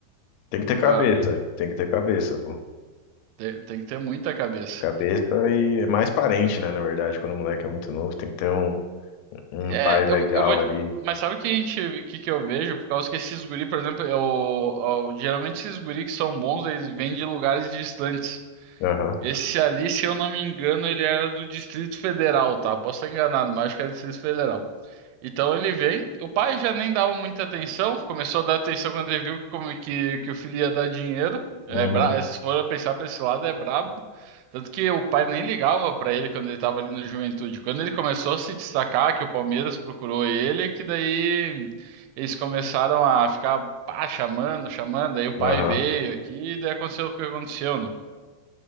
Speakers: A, on the left; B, on the right.
A: Tem que ter cabeça,
B: Porque, ó,
A: tem que ter cabeça, pô.
B: Tem, tem que ter muita cabeça.
A: Cabeça e é mais parente, né? Na verdade, quando o moleque é muito novo, tem que ter um, um
B: É,
A: pai legal
B: eu, eu vou.
A: ali.
B: Mas sabe o que a gente, que, que eu vejo? Por causa que esses guri, por exemplo, eu, eu- geralmente esses guri que são bons, eles vêm de lugares distantes. Tá.
A: Aham,
B: Esse ali, se eu não me engano, ele era do Distrito Federal, tá? Posso estar enganado, mas acho que era do Distrito Federal. Então ele vem, o pai já nem dava muita atenção, começou a dar atenção quando ele viu que, como- que, que o filho ia dar dinheiro. É,
A: uhum,
B: bra- é, se for pensar para esse lado, é brabo. Tanto que o pai nem ligava para ele quando ele estava ali no Juventude. Quando ele começou a se destacar, que o Palmeiras procurou ele, que daí eles começaram a ficar pá, chamando, chamando. Aí o pai
A: aham.
B: veio aqui e daí aconteceu o que aconteceu, né?